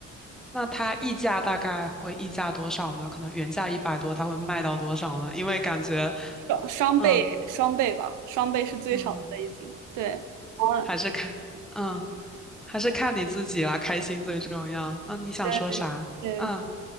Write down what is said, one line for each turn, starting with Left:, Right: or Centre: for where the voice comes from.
Centre: 那它溢价大概会溢价多少呢？可能原价一百多，它会卖到多少呢？因为感觉，
Right: 双双倍双倍吧，
Centre: 嗯
Right: 双倍是最少的了已经。
Centre: 嗯，
Right: 对，嗯，
Centre: 还是看，嗯，还是看你自己啦，开心最重要。嗯，你想说啥？
Right: 对对，
Centre: 嗯。